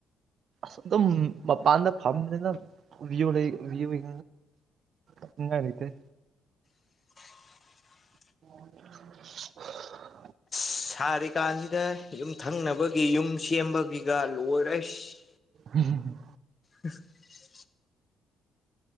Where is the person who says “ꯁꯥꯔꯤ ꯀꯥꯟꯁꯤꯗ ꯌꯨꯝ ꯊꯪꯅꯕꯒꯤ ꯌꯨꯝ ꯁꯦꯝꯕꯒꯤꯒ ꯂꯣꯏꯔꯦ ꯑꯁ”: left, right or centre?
Left